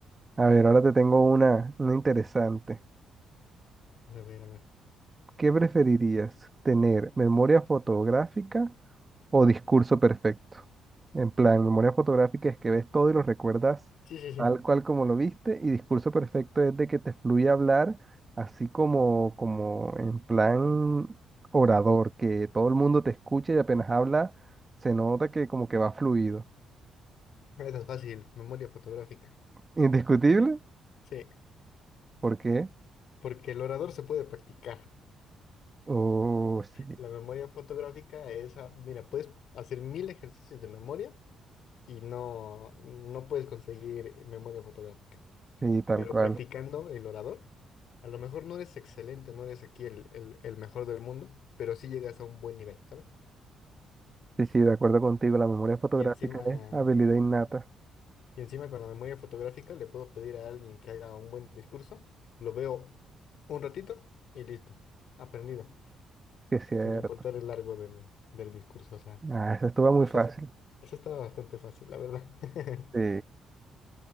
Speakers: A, on the right (about 25°); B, on the left (about 70°).
A: A ver, ahora te tengo una, una interesante.
B: A ver, a ver.
A: ¿Qué preferirías? ¿Tener memoria fotográfica O discurso perfecto. En plan, memoria fotográfica es que ves todo y lo recuerdas
B: Sí, sí, sí.
A: tal cual como lo viste. Y discurso perfecto es de que te fluye hablar así como, como en plan orador, que todo el mundo te escucha y apenas habla, se nota que como que va fluido.
B: Esa es fácil. Memoria fotográfica.
A: Indiscutible,
B: Sí,
A: ¿por qué?
B: porque el orador se puede practicar.
A: Oh, sí,
B: La memoria fotográfica es, ah, mira, puedes hacer mil ejercicios de memoria y no, no puedes conseguir memoria fotográfica.
A: sí, tal
B: Pero
A: cual.
B: practicando el orador, a lo mejor no eres excelente, no eres aquí el, el el mejor del mundo, pero sí llegas a un buen nivel, ¿sabes?
A: Sí, sí, de acuerdo contigo, la memoria fotográfica
B: Y encima,
A: es habilidad innata,
B: y encima con la memoria fotográfica le puedo pedir a alguien que haga un buen discurso, lo veo un ratito y listo, aprendido,
A: que es cierto.
B: sin importar el largo del, del discurso. O sea,
A: Ah, eso estuvo muy
B: eso,
A: fácil.
B: es- eso estaba bastante fácil, la verdad. <laughs>
A: Sí,